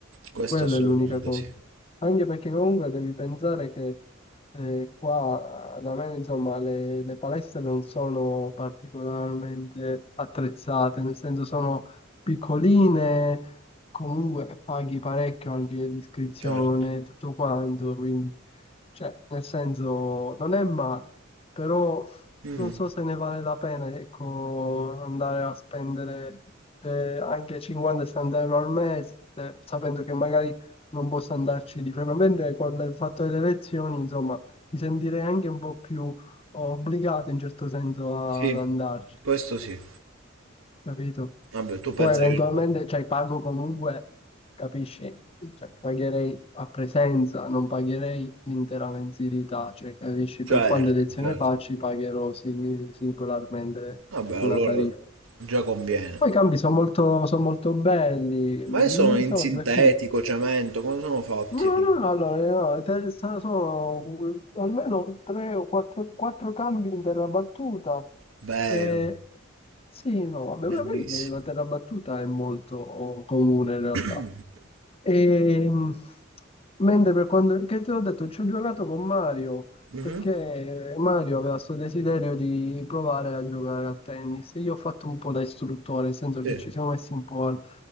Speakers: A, on the right; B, on the left.
A: Questo
B: Quella
A: assolutamente
B: è l'unica cosa.
A: sì.
B: Anche perché comunque devi pensare che eh, qua da me, insomma, le, le palestre non sono particolarmente attrezzate, nel senso sono piccoline, comunque paghi parecchio anche l'iscrizione,
A: Certo.
B: tutto quanto, quindi, cioè, nel senso, non è male, però
A: Mhm.
B: non so se ne vale la pena, ecco, andare a spendere eh, anche 50-60 euro al mese, sapendo che magari non posso andarci di frequente, con il fatto delle lezioni, insomma, mi sentirei anche un po' più obbligato in certo senso a-
A: Sì,
B: ad andarci,
A: questo sì.
B: capito?
A: Vabbè, tu pensi
B: Poi eventualmente,
A: che...
B: cioè, pago comunque, capisci? Cioè, pagherei a presenza, non pagherei l'intera mensilità, cioè, capisci?
A: Certo,
B: Per quante lezioni
A: certo.
B: faccio, pagherò sing- singolarmente
A: Vabbè, allora
B: una tariffa.
A: già conviene.
B: Poi i campi sono molto, son molto belli, mi
A: Ma io sono in
B: sono
A: sintetico,
B: divertito.
A: cemento, come sono fatti
B: No,
A: lì?
B: no, no, allora, eh, no, te- sono, sono almeno tre o quattro, quattro cambi in terra battuta.
A: Vero,
B: Eh, sì, no, vabbè,
A: bellissimo.
B: ma vedi che la terra battuta è molto comune in realtà.
A: <coughs> <clears throat>
B: Ehm, mentre per quanto, che te l'ho detto, ci ho giocato con Mario,
A: Mhm,
B: perché Mario aveva questo desiderio di provare a giocare a tennis. Io ho fatto un po' da istruttore, nel senso
A: Sì,
B: che ci siamo messi un po' al-